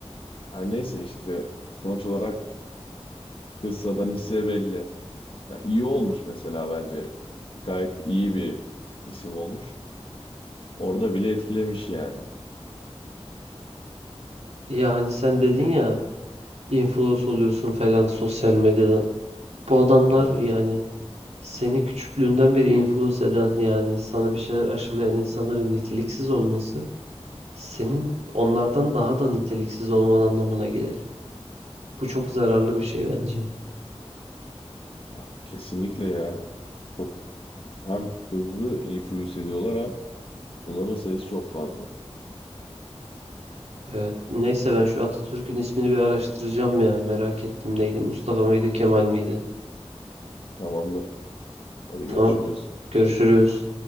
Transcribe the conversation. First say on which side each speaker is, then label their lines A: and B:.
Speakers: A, on the left; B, on the right.
A: Yani neyse işte sonuç olarak kıssadan hisse belli. Ya iyi olmuş mesela bence. Gayet iyi bir isim olmuş. Orada bile etkilemiş yani.
B: Ya hani sen dedin ya influence oluyorsun falan sosyal medyadan. Bu adamlar
A: Evet.
B: yani seni küçüklüğünden beri influence eden yani sana bir şeyler aşılayan insanların niteliksiz olması senin onlardan daha da niteliksiz olman anlamına gelir. Bu çok zararlı bir şey bence.
A: Ya, kesinlikle ya. Çok, hem hızlı influence ediyorlar hem bunların sayısı çok fazla.
B: Evet. Neyse ben şu Atatürk'ün ismini bir araştıracağım ya. Merak ettim neydi? Mustafa mıydı, Kemal miydi?
A: Tamamdır. Hadi
B: Tamam.
A: görüşürüz.
B: Görüşürüz.